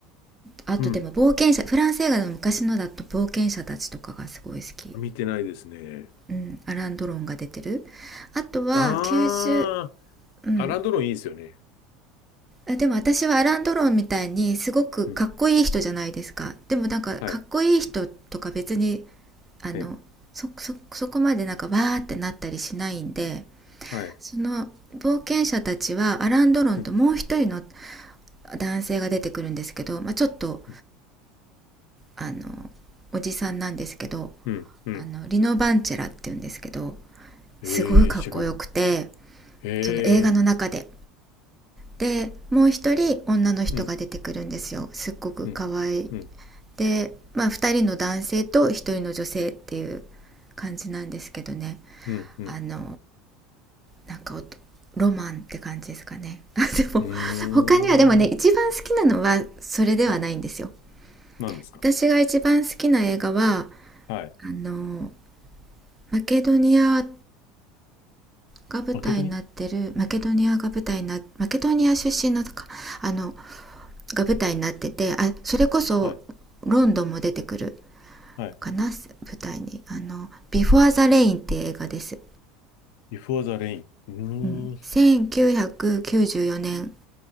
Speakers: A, on the right; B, on the left.
A: あとでも冒険者、
B: うん。
A: フランス映画の昔のだと冒険者たちとかがすごい好き。
B: 見てないですね。
A: うん、アラン・ドロンが出てる。あとは、
B: あ
A: 90、うん、
B: ー、アランドロンいいですよね。
A: あでも私はアラン・ドロンみたいにすごくかっこいい人じゃないですか。
B: うん。
A: でもなんかかっこいい人とか別に
B: はい。
A: あのそそそこまでなんかわーってなったりしないんで
B: ね。はい。
A: その冒険者たちはアラン・ドロンともう一人の
B: うん。
A: 男性が出てくるんですけど、まあ、ちょっと
B: うん。
A: あのおじさんなんですけどあ
B: うん。うん
A: のリノ・バンチェラっていうんですけど
B: えー、
A: すごいかっこよくて
B: 知らない。えー、
A: その映画の中で。でもう一人女の人が出てくるんですよすっごく可愛い
B: うん。うん。うん。
A: で、まあ、2人の男性と1人の女性っていう感じなんですけどね
B: うん。うん。
A: あのなんかおとロマンって感じですかね <laughs> あでも他にはでもね一番好きなのはそれではないんですよ
B: うーん。はい。何ですか
A: 私が一番好きな映画は
B: はい。
A: あのマケドニアが舞台になってるマケドニアが舞台になマケドニア出身のとかあの
B: マケドニ
A: が舞台になっててあそれこそ
B: アはい。
A: ロンドンも出てくる
B: はい
A: かな舞台にあの「ビフォアザ・レイン」って映画です、
B: Before the Rain。うーん。
A: うん、1994年